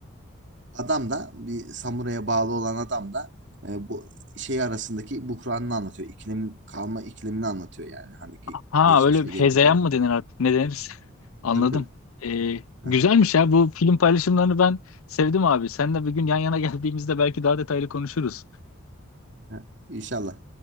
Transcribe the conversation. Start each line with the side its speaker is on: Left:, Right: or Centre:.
Right: Adam da bir samuraya bağlı olan adam da e, bu şey arasındaki buhranını anlatıyor. İklim kalma iklimini anlatıyor yani. Hani ge-
Left: Ha
Right: geçmişle
Left: öyle bir
Right: gelecek
Left: hezeyan
Right: arasındaki.
Left: mı denir artık? Ne denir? <laughs> Anladım.
Right: Tabii tabii.
Left: Ee,
Right: Aha,
Left: güzelmiş ya. Bu film paylaşımlarını ben sevdim abi. Seninle bir gün yan yana geldiğimizde belki daha detaylı konuşuruz.
Right: aha. İnşallah.